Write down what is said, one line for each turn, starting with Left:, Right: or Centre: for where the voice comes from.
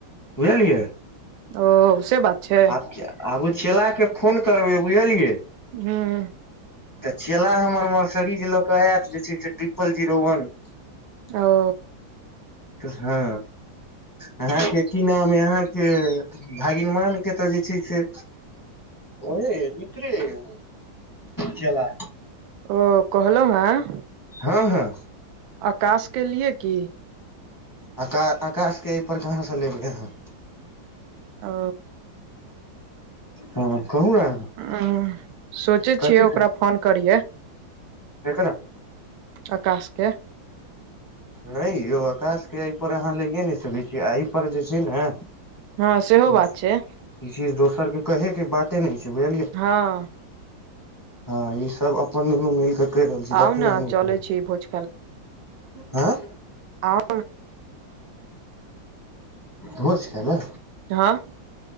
Left: बुझलियै
Right: ओ से बात छै
Left: आब आब उ चेला के फोन करबै बुझलियै
Right: हम्म
Left: तऽ चेला हमर मर्सिडीज ल कऽ आयत जे छै से ट्रिपल जीरो वन <inaudible>
Right: ओ
Left: हँ अहाँके की नाम अहाँके भगिनमान के तऽ जे छै से ओहे मित्र खेला
Right: ओ कहल हँं
Left: हँ हँ
Right: आकाश के लिए की
Left: आका आकाश के एहिपर कहाँसँ लेबै आहाँ
Right: ओ
Left: हँ कहू ने
Right: हं सोचे
Left: कथी
Right: छियै ओकरा फोन करिये
Left: केकरा
Right: अकाशके
Left: नय यौ अकाश के एहि पर अहाँ लइए नहि सकै छी एहि पर जे ने
Right: हँ सेहो
Left: ई
Right: बात छै
Left: चीज दोसर के कहे के बाते नय छै बुझलियै
Right: हँ
Left: हँ ई सब अपन मिलके कहि रहल छी
Right: आउ
Left: तखने
Right: ने
Left: दुनू
Right: चलै
Left: करब
Right: छी भोज
Left: हँ
Right: आ
Left: भोज छै ने
Right: हँ